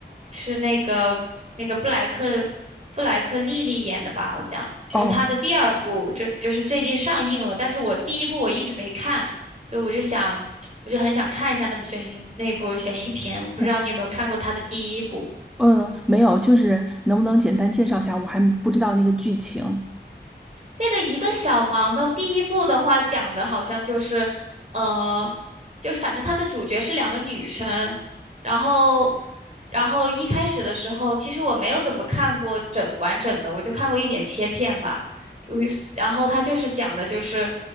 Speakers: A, on the right; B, in the centre.
A: 是那个那个布莱克布莱克莉莉演的吧？好像就是她的第二部，
B: 哦。
A: 这就是最近上映了，但是我第一部我一直没看，所以我就想 <tsk> 我就很想看一下那部悬疑那部悬疑片，我不知道你有没有看过她的第一部。
B: 嗯。呃，没有，就是能不能简单介绍一下？我还不知道那个剧情。
A: 那个一个小忙的第一部的话，讲的好像就是，呃，就反正它的主角是两个女生，然后，然后一开始的时候，其实我没有怎么看过整完整的，我就看过一点切片吧。有一然后它就是讲的就是，